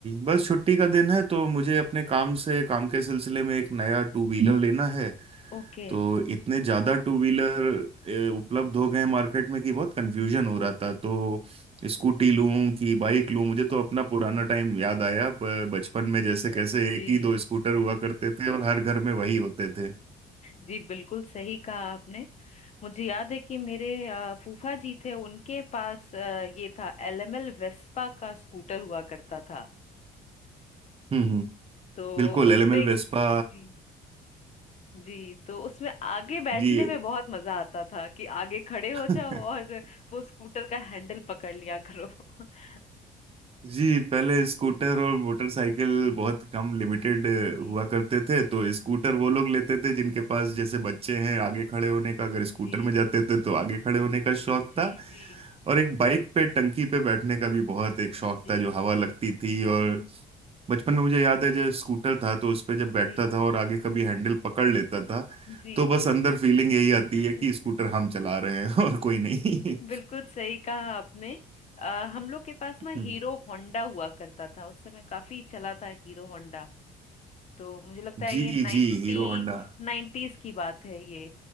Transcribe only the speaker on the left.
ओके
जी
जी बिल्कुल सही कहा आपने मुझे याद है कि मेरे अ, फूफा जी थे उनके पास अ, ये था एलएमएल वेस्पा का स्कूटर हुआ करता था
तो
उसपे
जी जी तो उसमें आगे बैठने
में बहुत मजा आता था कि आगे खड़े हो
जाओ और वो स्कूटर का हैंडल पकड़ लिया करो <laughs>
जी जी
जी
जी
जी
जी
जी
जी
जी
<laughs>
बिल्कुल
सही कहा आपने आ, हम लोग के पास ना हीरो
होंडा हुआ करता था उस समय काफी चला था हीरो होंडा तो मुझे लगता है
ये नाइन्टी
नाइन्टीज की बात है ये